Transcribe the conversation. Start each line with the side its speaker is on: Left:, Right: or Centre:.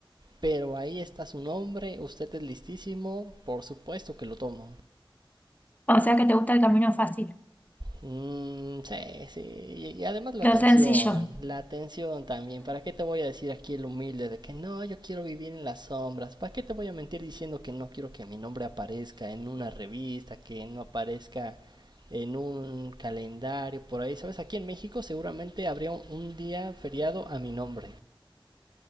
Right: pero ahí está su nombre, usted es listísimo, por supuesto que lo tomo.
Left: O sea que te gusta el camino fácil,
Right: Mm, sí, sí. Y, y además la
Left: lo
Right: atención,
Left: sencillo.
Right: la atención también. ¿Para qué te voy a decir aquí el humilde de que no, yo quiero vivir en las sombras? ¿Para qué te voy a mentir diciendo que no quiero que mi nombre aparezca en una revista, que no aparezca en un calendario por ahí? ¿Sabes? Aquí en México seguramente habría un- un día feriado a mi nombre.